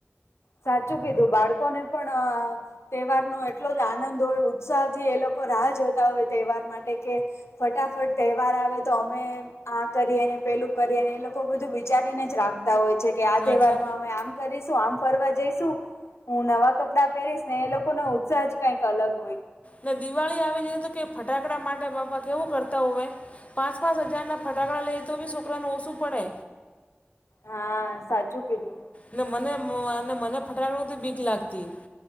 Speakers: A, on the left; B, on the left.
A: સાચું કીધું બાળકોને પણ તેહવારનો એટલો જ આનંદ હોય ઉત્સાહથી એ લોકો રાહ જોતા હોય તહેવાર માટે કે ફટાફટ તહેવાર આવે તો અમે આ કરીએ ને પેલું કરીએને એ લોકો બધું વિચારીને જ રાખતા હોય છે. કે આ
B: હા
A: તહેવારમાં
B: છે
A: અમે આમ કરીશું આમ ફરવા જઈશુ હું નવા કપડાં પેરીશ ને એ લોકોનો ઉત્સાહ જ કઈક અલગ હોય.
B: ને દિવાળી આવી જાએ તો કે ફટાકડા માટે બાપા કેવું કરતા હોવે પાસ-પાસ હજારના ફટાકડા લઈએ તો બી છોકરાને ઓસુ પડે.
A: હા સાચું કીધું
B: ન મને મને મને ફટાકડું તી બીક લાગતી